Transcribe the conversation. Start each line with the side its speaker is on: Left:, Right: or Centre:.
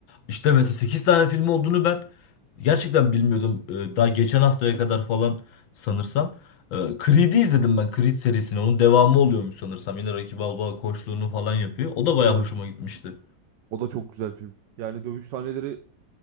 Left: işte mesela 8 tane film olduğunu ben gerçekten bilmiyordum. E, Daha geçen haftaya kadar falan sanırsam. E, Creed'i izledim ben Creed serisini. Onun devamı oluyormuş sanırsam. Yine Rocky Balboa koçluğunu falan yapıyor. O da bayağı
Right: Evet.
Left: hoşuma gitmişti.
Right: O da çok güzel film. Yani dövüş sahneleri